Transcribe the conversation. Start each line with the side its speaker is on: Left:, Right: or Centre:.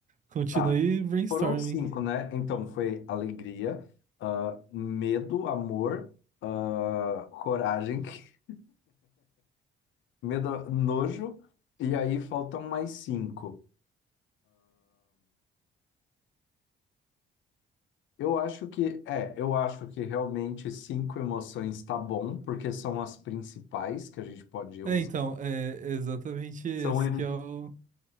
Right: continue
Left: Tá.
Right: brainstorming.
Left: Foram cinco, né? Então foi alegria, ah, medo, amor, ah, coragem, <laughs> medo, nojo, e aí faltam mais cinco. Eu acho que, é, eu acho que realmente cinco emoções tá bom, porque são as principais que a gente pode
Right: É,
Left: usar.
Right: então, é exatamente esse
Left: São, em-
Right: que é o.